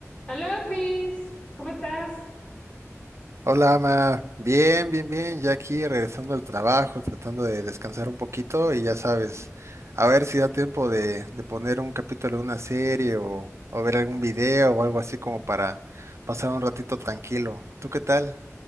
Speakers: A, on the left; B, on the right.
A: Hola, Cris, ¿cómo estás?
B: Hola, Ama. Bien, bien, bien. Ya aquí regresando al trabajo, tratando de descansar un poquito y ya sabes, a ver si da tiempo de, de poner un capítulo de una serie o, o ver algún video o algo así como para pasar un ratito tranquilo. ¿Tú qué tal?